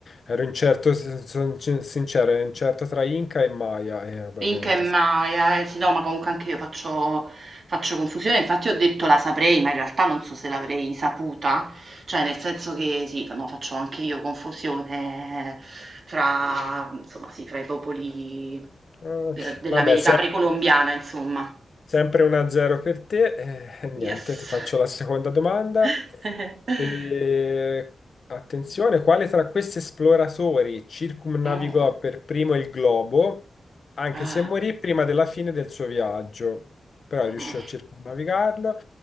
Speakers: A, on the left; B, on the right.
A: ero incerto, s- sono sin- sincero, ero incerto tra Inca e Maya, e vabbè,
B: In
A: ovviamente.
B: che Maya,
A: sì.
B: eh sì, no, ma comunque anche io faccio, faccio confusione. Infatti, ho detto la saprei, ma in realtà non so se l'avrei saputa. Cioè, nel senso che sì, no, faccio anche io confusione eh, fra, insomma, sì, fra i popoli
A: Eh,
B: eh, dell'America
A: vabbè,
B: precolombiana, insomma.
A: Sempre 1-0 per te. Eh, niente,
B: Yes.
A: ti faccio la seconda domanda.
B: <laughs>
A: E, attenzione, quale tra questi esploratori circumnavigò
B: Mm,
A: per primo il globo, anche
B: ah,
A: se morì prima della fine del suo viaggio, però
B: mm,
A: riuscì a circumnavigarlo?